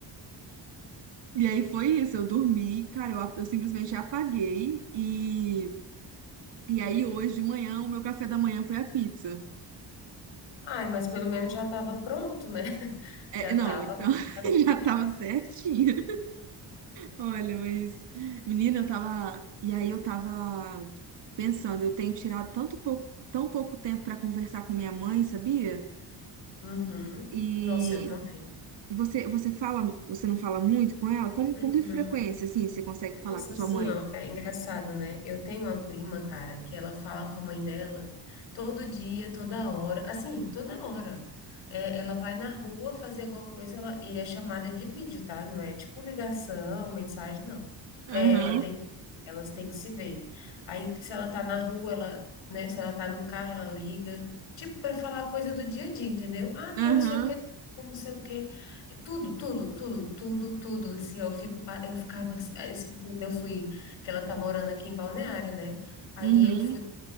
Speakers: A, on the right (about 75°); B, on the left (about 90°).
A: E aí foi isso, eu dormi, cara, eu, a- eu simplesmente apaguei e, e aí hoje de manhã o meu café da manhã foi a pizza.
B: Ai, mas pelo menos já estava pronto, né? <laughs>
A: É,
B: Já estava
A: não, então
B: pronta a
A: <laughs>
B: pizza.
A: já tava certinho. Olha, mas menina, eu tava, e aí eu tava pensando, eu tenho tirado tanto pouco, tão pouco tempo pra conversar com minha mãe, sabia?
B: Uhum.
A: E
B: Nossa, eu também.
A: você você fala, você não fala muito com ela? Como com que
B: Não.
A: frequência assim você consegue
B: Nossa,
A: falar com
B: assim,
A: sua mãe?
B: ó, é engraçado, né? Eu tenho uma prima, cara, que ela fala com a mãe dela todo dia, toda hora, assim, toda hora. É, ela vai na rua fazer alguma coisa ela, e é chamada de vídeo, tá? Não é tipo ligação, mensagem, não. É,
A: Aham,
B: ela tem, que- elas têm que se ver. Aí, se ela tá na rua, ela, né? Se ela tá no carro, ela liga. Tipo, para falar coisa do dia a dia, entendeu? Ah, tô
A: aham,
B: não sei o quê, tô não sei o quê. É Tudo, tudo, tudo, tudo, tudo. Assim, eu fico, pa- eu ficava assim, aí esses dias eu fui, que ela tá morando aqui em Balneário, né? Aí
A: uhum.
B: eu fui